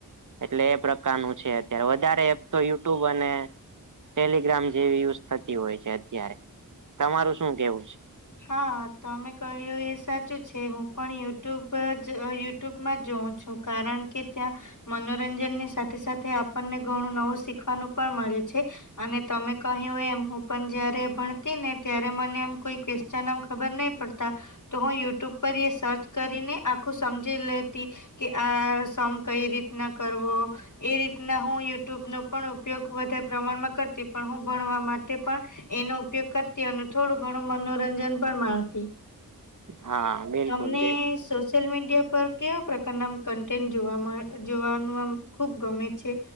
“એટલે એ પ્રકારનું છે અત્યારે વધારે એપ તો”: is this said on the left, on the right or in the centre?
Right